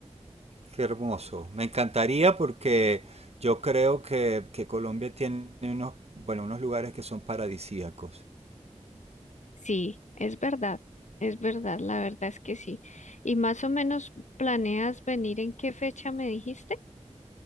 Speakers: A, on the right; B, on the left.
A: Qué hermoso. Me encantaría porque yo creo que, que Colombia tiene unos, bueno, unos lugares que son paradisíacos.
B: Sí, es verdad, es verdad, la verdad es que sí. ¿Y más o menos planeas venir en qué fecha me dijiste?